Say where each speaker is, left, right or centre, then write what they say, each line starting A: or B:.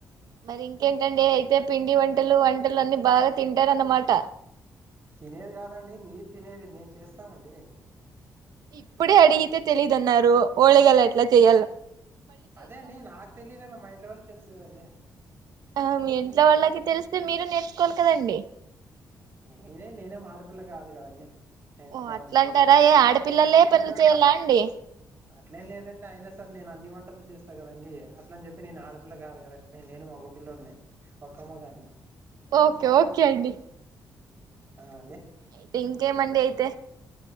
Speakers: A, on the right (about 70°); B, on the right (about 35°).
A: మరి ఇంకేంటండి అయితే పిండి వంటలు వంటలు అన్నీ బాగా తింటారన్నమాట
B: తినేది కాదండి మీరు తినేది మేము చేస్తామండి
A: ఇప్పుడే అడిగితే తెలీదున్నారు ఓలేేగాల ఎట్లా చెయాల
B: అదే అండి నాకు తెలియదున్న మా ఇంట్లో వాళ్ళ తెలుసు కదండి
A: ఆ మీ ఇంట్లో వాళ్ళకి తెలిస్తే మీరు నేర్చుకోవాలి కదండి
B: నేనే నేనే మాడిపిల్ల కాదు కదండీ నేర్చుకోడానినికి
A: ఓ అట్లా అంటారా ఏ ఆడపిల్లలే
B: అట్లా
A: పనులు
B: కదా
A: చేయాలా అండి
B: అట్లేం లేదండి అయినా సర నేను అన్ని వంట పట్టలు చేస్తా కదండడి అట్ల అని చెప్పి నేను ఆడపిల్ల కాదు కదా నేను మగపిిల్ల ఉన్నా ఒక్కమ్మగాని
A: ఓకే ఓకే అండి
B: అవునండి
A: అయితే ఇంకే మండడి అయితే